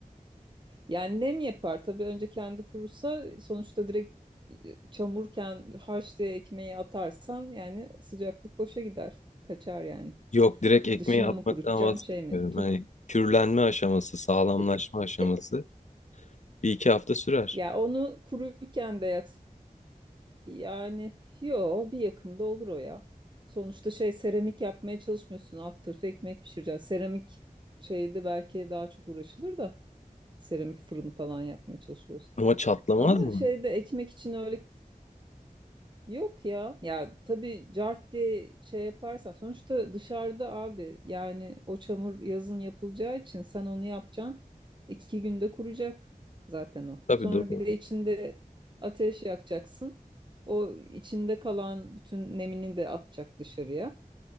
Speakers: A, on the right (about 30°); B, on the left (about 55°).
A: Yani nem yapar tabii önce kendi kurursa sonuçta direkt e, çamurken harç diye ekmeği atarsan yani sıcaklık boşa gider. Kaçar yani.
B: Yok direkt ekmeği
A: Dışını
B: atmaktan
A: mı kurutacağım
B: bahsetmiyorum.
A: şey mi? Tut
B: Hani kürlenme aşaması, sağlamlaşma
A: e, t-
B: aşaması
A: e,
B: bir iki hafta sürer.
A: ya onu kuruyken de yak. Yani yo bir yakımda olur o ya. Sonuçta şey seramik yapmaya çalışmıyorsun. Alt tarafı ekmek pişireceksin. Seramik şeyde belki daha çok uğraşılır da seramik fırını falan yapmaya çalışıyorsun.
B: Ama çatlamaz
A: Ama
B: mı?
A: şeyde ekmek için öyle Yok ya. Ya tabii cart diye şey yaparsan sonuçta dışarıda abi yani o çamur yazın yapılacağı için sen onu yapacaksın. iki günde kuracak zaten o.
B: Tabii
A: Sonra
B: doğru.
A: bir de içinde ateş yakacaksın. O içinde kalan bütün nemini de atacak dışarıya.